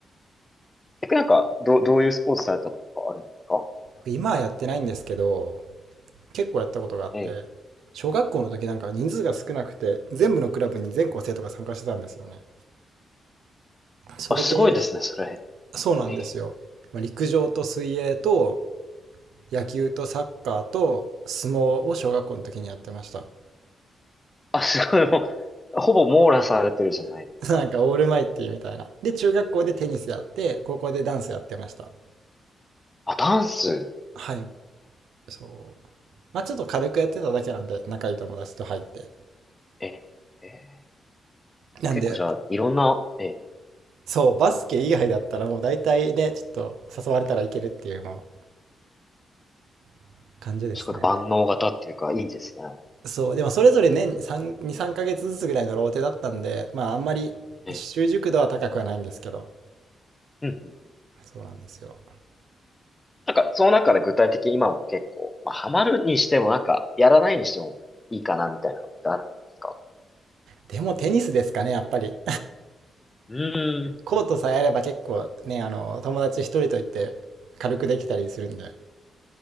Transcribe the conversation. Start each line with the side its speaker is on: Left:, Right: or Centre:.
Left: 逆になんか、ど、どういうスポーツされたとかあるんですか
Right: 今はやってないんですけど、結構やったことがあって、
Left: ええ。
Right: 小学校の時なんか人数が少なくて、
Left: ええ
Right: 全部のクラブに全校生徒が参加してたんですよね。それで、
Left: あ、すごいですね、それ。
Right: そうなんですよ。
Left: ええ。
Right: まあ、陸上と水泳と野球とサッカーと相撲を小学校の時にやってました。
Left: ええあ、すごい、もう、ほぼ網羅されてるじゃないですか。
Right: <laughs> なんかオールマイティみたいな。で、中学校でテニスやって、高校でダンスやってました。
Left: あ、ダンス。
Right: はい、そう。まあちょっと軽くやってただけなんで、仲いい友達と入って。
Left: ええ。ええ。
Right: なんで、
Left: 結構じゃあ、いろんな、ええ、
Right: そう、バスケ以外だったらもう大体ね、ちょっと誘われたらいけるっていうもう感じですね。
Left: すごい万能型っていうか、いいですね。
Right: そう、でもそれぞれ年3、2、3ヶ月ずつぐらいのローテだったんで、まああんまり習熟度は高くはないんですけど、
Left: ええ。うんうん。
Right: そうなんですよ。
Left: なんか、その中で具体的に今も結構、まあ、ハマるにしてもなんか、やらないにしてもいいかなみたいなのってあるんですか
Right: でもテニスですかね、やっぱり。
Left: うーん。
Right: コートさえあれば結構ね、あの、友達一人と言って軽くできたりするんで。